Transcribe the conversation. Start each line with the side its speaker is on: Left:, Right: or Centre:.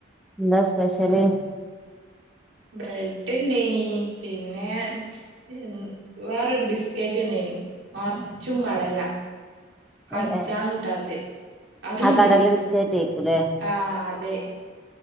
Centre: എന്താ സ്പെഷ്യല്
Right: ബ്രെഡ് ഇണ്ടേനി പിന്നെ <unintelligible> ഉം വേറൊരു ബിസ്ക്കറ്റ് ഇണ്ടേനി നറച്ചും കടല കട്ച്ചാൻ
Centre: ഏഹ്
Right: കിട്ടാത്തെ അതും
Centre: ആഹ്
Right: ഇണ്ടേനി
Centre: കടല ബിസ്ക്കറ്റ് ആയിക്കൂലേ
Right: ആഹ് അതെ